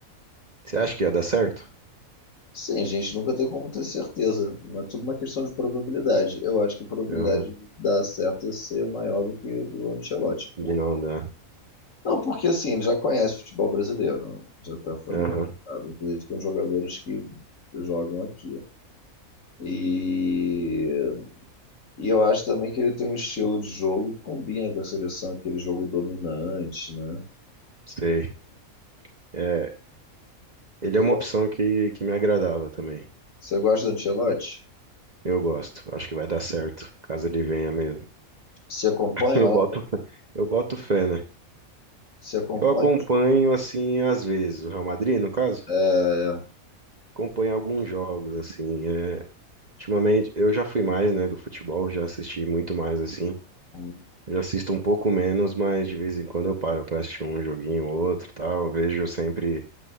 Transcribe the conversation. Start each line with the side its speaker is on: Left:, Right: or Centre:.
Right: Você acha que ia dar certo?
Left: Sim, a gente nunca tem como ter certeza, mas tudo uma questão de probabilidade. Eu acho que a probabilidade
Right: Aham,
Left: de dar certo ia ser maior do que do Ancelotti.
Right: de
Left: Por-
Right: não dar.
Left: Não, porque assim, ele já conhece o futebol brasileiro, né? já está familiarizado,
Right: Aham,
Left: inclusive com jogadores que jogam aqui. E, e eu acho também que ele tem um estilo de jogo que combina com a seleção, aquele jogo dominante, né?
Right: sei. É, ele
Left: Você
Right: é uma
Left: gosta,
Right: opção que, que me agradava também.
Left: você gosta do Ancelotti?
Right: Eu gosto, acho que vai dar certo, caso ele venha mesmo.
Left: Você acompanha
Right: <laughs> Eu
Left: lá?
Right: boto, fé- eu boto fé, né?
Left: Você acompanha?
Right: Eu acompanho, assim, às vezes, o Real Madrid, no caso,
Left: É,
Right: acompanho alguns jogos, assim, é, ultimamente, eu já fui mais, né, do futebol, já assisti muito mais, assim,
Left: é.
Right: Eu assisto um pouco menos, mas de vez em quando eu paro pra assistir um joguinho ou outro, tal. Vejo sempre